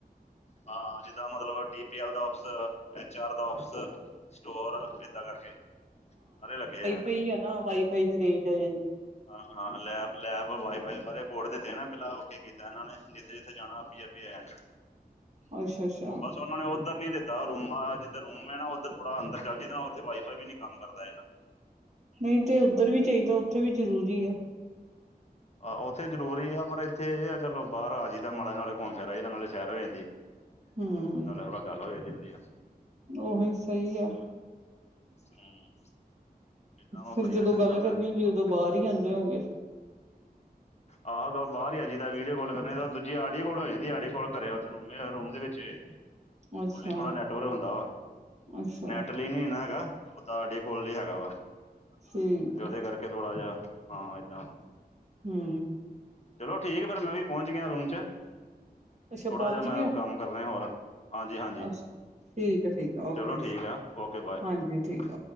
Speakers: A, on the left; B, on the right.
A: ਹਾਂ ਜਿੱਦਾਂ ਮਤਲਬ ਟੀ- ਪੀ -ਐਲ ਦਾ ਆਫਸ, ਐਚ -ਆਰ ਦਾ ਆਫਿਸ ਸਟੋਰ ਇਦਾਂ ਕਰਕੇ ਸਾਰੇ ਲੱਗੇ ਆਂ।
B: ਪਈ ਆ ਨਾ ਵਾਈ-ਫਾਈ ਦੀ ਰੇਂਜ ਆ ਜਾਂਦੀ।
A: ਹਾਂ, ਹਾਂ ਲੈਬ-ਲੈਬ ਵਾਈ-ਫਾਈ ਸਾਰੇ ਕੋਡ ਦੇ ਤੇ ਨਾ ਪੈਲਾਂ ਓਕੇੇ ਕੀਤਾ ਇਹਨਾਂ ਨੇ ਜਿੱਥੇ-ਜਿੱਥੇ ਜਾਣਾ ਆਪੀ ਅੱਗੇ ਆ ਜਾਣਾ
B: ਅੱਛਾ, ਅੱਛਾ।
A: ਉਨਾ ਨੇ ਉੱਧਰ ਨੀ ਦਿੱਤਾ ਰੂਮ ਜਿੱਧਰ ਰੂਮ ਏ ਨਾ ਉੱਧਰ ਥੋੜਾ ਅੰਦਰ ਚੱਲ ਜਿਦੇ ਨਾ ਉੱਥੇ ਵਾਈ-ਫਾਈ ਵੀ ਨੀ ਕੰਮ ਕਰਦਾ ਏਨਾ।
B: ਨਹੀਂ ਤੇ ਉੱਧਰ ਵੀ ਚਾਹੀਦਾ ਉੱਥੇ ਵੀ ਜਰੂਰੀ ਏ।
A: ਆਹੋ, ਉੱਥੇ ਜ਼ਰੂਰੀ ਆ ਪਰ ਇੱਥੇ ਇਹ ਆ ਚਲੋ ਬਾਹਰ ਆ ਜਾਈ ਜਾ ਮਾੜਾ ਨਾਲੇ ਘੁੰਮ ਫਿਰ ਆਈ ਦਾ ਨਾਲੇ ਸੈਰ ਹੋ ਜਾਂਦੀ,
B: ਹੂੰ
A: ਨਾਲੇ ਥੋੜਾ ਗੱਲ ਹੋ ਜਾਂਦੀ ਵਧੀਆ।
B: ਉਹੀ ਸਈ ਆ।
A: ਹੂੰ, ਏਦਾਂ ਵਾ
B: ਫਿਰ
A: ਵਧੀਆ ਸਿਸਟਮ ਏ ਆ। ਚਲੋ
B: ਜਦੋਂ ਬਾਰ ਈ ਜਾਂਦੇ ਹੋਗੇ।
A: ਆ ਜਦ ਬਾਰ ਈ ਆ ਜੀ ਦਾ ਵੀਡੀਓ ਕੋਲ ਕਰਨੀ ਤਾਂ ਦੂਜੀ ਆਡੀਓ ਕੋਲ ਹੋ ਜਾਂਦੀ ਆ ਹਾਡੇ ਕੋਲ ਘਰੇ ਉਥੇ ਰੂਮੇ ਰੂਮ ਦੇ ਵਿੱਚੇ ਖੋਲੀ
B: ਅੱਛਾ
A: ਥੋੜਾ ਨੈਟਵਰਕ ਹੁੰਦਾ ਵਾ,
B: ਅੱਛਾ
A: ਨੈਟ ਪਲੇਨ ਨੀ ਨਾ ਹੈਗਾ ਓ ਤਾਡੇ ਕੋਲ ਏ ਹੈਗਾ ਵਾ
B: ਠੀਕ
A: 'ਤੇ ਉਦੇ
B: ਆ
A: ਕਰਕੇ ਥੋੜਾ ਜੇਆ ਹਾਂ ਐਦਾਂ
B: ਹੂੰ।
A: ਚਲੋ ਠੀਕ ਏ ਫੇਰ ਮੈਂ ਵੀ ਪਹੁੰਚ ਗਿਆ ਰੂਮ 'ਚ
B: ਅੱਛਾ ਪਹੁੰਚ
A: ਥੋੜਾ ਜਾ ਮੈਂ
B: ਗਿਆ
A: ਕੰਮ ਕਰ ਰੇਆ ਹੋਰ, ਹਾਂਜੀ-ਹਾਂਜੀ।
B: ਅੱਛਾ ਠੀਕ ਆ ਠੀਕ ਆ ਓਕੇ
A: ਚਲੋ
B: ਜੀ
A: ਠੀਕ ਆ ਓਕੇ ਬਾਏ
B: ਹਾਂਜੀ ਠੀਕ
A: ਓਕੇ।